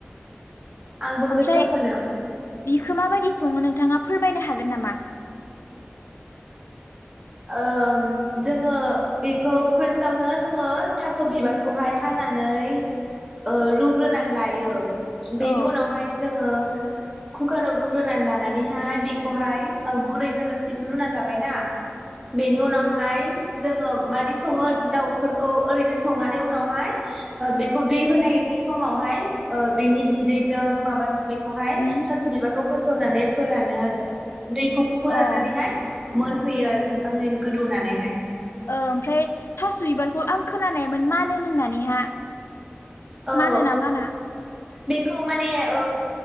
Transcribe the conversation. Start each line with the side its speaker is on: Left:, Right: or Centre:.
Right: आंबो
Left: ओमफ्राय
Right: गोथाव मोनो
Left: बिखौ माबायदि सङो नोंथाङा फोरमायनो हागोन नामा?
Right: ओम जोङो बेखौ फार्स्टआवनो जोङो थास' बिबारखौहाय हानानै ओ रुग्रोनानै लायो।
Left: औ
Right: बेनि
Left: ओ
Right: उनावहाय जोङो कुकाराव रुग्रोनानै लानानैहाय बेखौहाय गुरै जाजासिम रुनानै लाबाय ना। बेनि उनावहाय जोङो मादि सङो दाउफोरखौ ओरैनो संनानै उनावहाय बेखौ दै होनायनि समावहाय ओ बेनि बिदैजों माबाजों बे खौहाय
Left: उम
Right: थास' बिबारखौ होस'ननानै फोरानो आरो। दैखौ फोरान्नानैहाय
Left: अ
Right: मोनहोयो आरो मो बाङैनो गोदौनानैहाय
Left: ओ ओमफ्राय थास' बिबारखौ आं खोनानाय मोन मानो होननानैहा
Right: औ
Left: मानोना माना?
Right: बेखौ माने ओ